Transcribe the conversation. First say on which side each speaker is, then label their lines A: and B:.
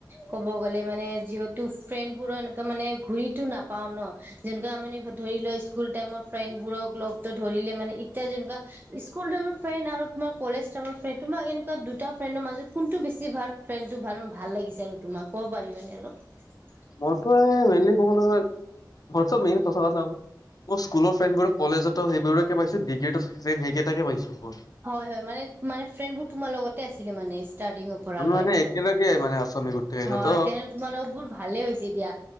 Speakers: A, on the right; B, on the left.
A: ক'ব গ'লে মানে যিহ ফ্ৰেণ্ড বোৰৰ এনেকা মানে ঘুৰিতো নাপাও ন যেনেকুৱা মানে ধৰি লোৱা স্কুল টাইমৰ ফ্ৰেণ্ড বোৰক লগত ধৰিলে মানে এত য়া যেনুকা স্কুল টাইমৰ ফ্ৰেণ্ড আৰু তোমাৰ কলেজ টামৰ ফ্ৰেণ্ড তোমাক এনেকুৱা দুটা ফ্ৰেণ্ডৰ মাজত কোনটো বেছি ভাল ফ্ৰেণ্ডটো ভাল ভাল লাগিছে আৰু তোমাক ক'ব পাৰিবানে অলপ
B: মোৰতো মেইনলি কবলে গলে মেইন প্ৰচাৰত <unintelligible> মোৰ স্কুলৰ ফ্ৰেডবোৰ কলেজতো সেইবোৰকে পাইছো ডিগ্ৰীটো চেম সেইকেইটাকে পাইছো মই
A: হয় হয় মানে মানে ফ্ৰেণ্ডবোৰ তোমাৰ লগতে আছিলে মানে ষ্টাৰটিঙৰ পৰা
B: আমি
A: লৈ
B: মানে একেলগে মানে আছো আমি গোটেইকেইটা
A: হয়
B: ত
A: তেনেহ তোমাৰ লগত বহু ভালে হৈছে দিয়া